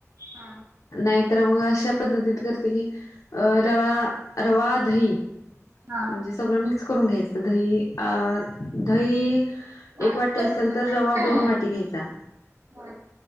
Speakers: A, on the right; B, on the left.
A: हां.
B: नाहीतर मग अशा पद्धतीत करते की, अ रवा, रवा दही
A: हा.
B: म्हणजे सगळं मिक्स करून घ्यायचं, दही आर दही
A: बारीक
B: एक वाटी
A: करून
B: असेल
A: घेताय
B: तर, रवा
A: काय?
B: दोन वाटी घ्यायचा.
A: हा.